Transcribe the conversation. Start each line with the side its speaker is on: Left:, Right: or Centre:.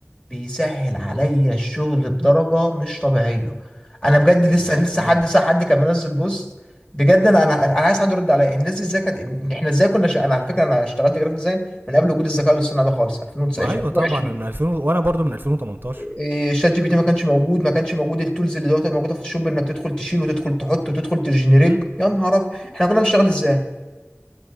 Left: بيسهل عليا الشغل بدرجه مش طبيعيه انا بجد لسه
Right: والله
Left: لسه
Right: ايوه
Left: حد ساعه حد كان منزل بوست بجد انا انا انا عايز حد يرد عليا الناس دي ازاي كانت إن- احنا ازاي كنا ش... انا على فكره انا اشتغلت جرافيك ديزاين من قبل وجود الذكاء الاصطناعي ده خالص 2019
Right: ما ايوه
Left: 2020
Right: طبعا أنا من 2000 و- وانا برضو من 2018
Left: إيه، شات جي بي تي ما كانش موجود ما كانش موجود التولز اللي دلوقتي موجوده في الشوب انك تدخل تشيل وتدخل تحط وتدخل تجنريت
Right: امم
Left: يا نهار ابيض احنا كنا بنشتغل ازاي